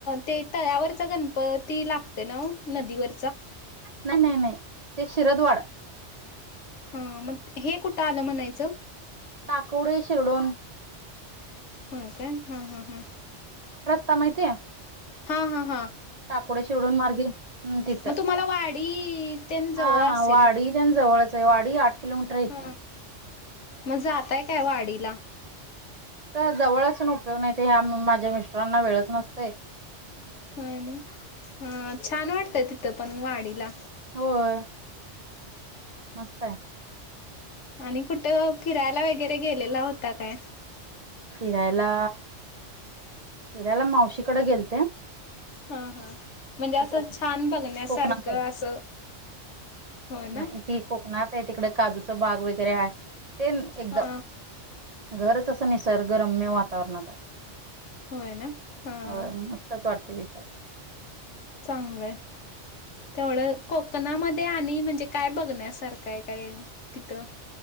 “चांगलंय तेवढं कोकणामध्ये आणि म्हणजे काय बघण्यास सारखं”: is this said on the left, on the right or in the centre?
Left